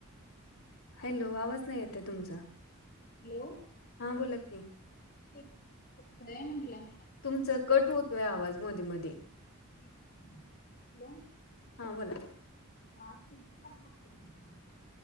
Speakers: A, on the left; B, on the left.
A: हॅलो आवाज नाही येत आहे तुमचा?
B: हॅलो.
A: हा बोला की.
B: शेती <unintelligible> म्हंटलं?
A: तुमचा कट होतोय आवाज मध्ये मध्ये.
B: हॅलो.
A: हां बोला.
B: हा शेती <unintelligible>